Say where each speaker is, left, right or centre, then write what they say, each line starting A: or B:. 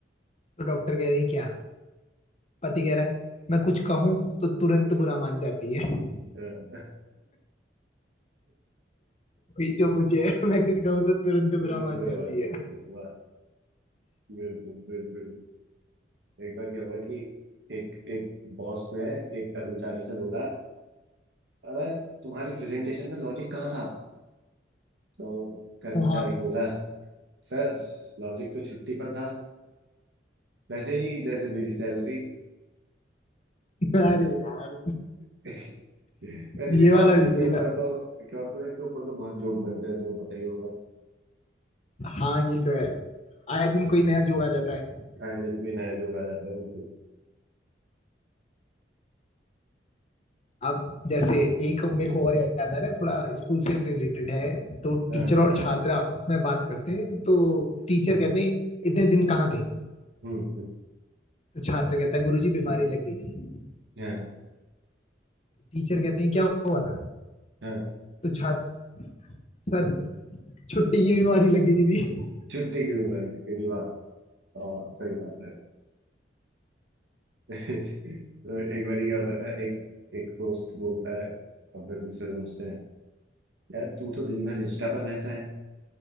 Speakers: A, on the left; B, on the right.
A: तो डॉक्टर कह रहे हैं क्या पति कह रहा है मैं कुछ कहूं तो तुरंत बुरा मान जाती है
B: हाँ।
A: वही जो मुझे <laughs> है मैं कुछ कहूँ तो तुरंत
B: बिल्कुल
A: बुरा मान
B: बेवफाई
A: जाती है
B: करती है, वाह बिल्कुल बिल्कुल एक बार क्या हुआ कि एक एक बॉस ने एक कर्मचारी से बोला अबे तुम्हारी प्रेजेंटेशन में लॉजिक कहाँ था तो कर्मचारी
A: हाँ
B: बोला सर लॉजिक तो छुट्टी पर था वैसे ही जैसे मेरी सैलरी
A: अरे यार
B: <laughs> वैसे
A: ये
B: भी
A: वाला
B: कॉर्पोरेट
A: भी सही
B: के ऊपर
A: था
B: तो कॉर्पोरेट के ऊपर तो बहुत जोक बनते हैं तुम्हें पता ही होगा
A: हाँ ये तो है आए दिन कोई नया जोक आ जाता है
B: आए दिन कोई नया जोक आ जाता है बिल्कुल
A: अब जैसे एक मेरे को और याद आ रहा है थोड़ा स्कूल से रिलेटेड है तो
B: हाँ
A: टीचर और छात्र आपस में बात करते हैं तो टीचर कहते हैं इतने दिन कहाँ थे
B: हम्म हम्म,
A: तो छात्र कहता है गुरुजी बीमारी लग गई थी
B: हाँ
A: टीचर कहते हैं क्या हुआ था
B: हाँ
A: तो छात्र सर छुट्टी की बीमारी लग गई थी
B: छुट्टी की बीमारी की रिवाज हाँ सही बात है <laughs> तो एक बारी क्या होता है ना एक एक दोस्त बोलता है अपने दूसरे दोस्त से यार तू तो दिन भर इंस्टा पर रहता है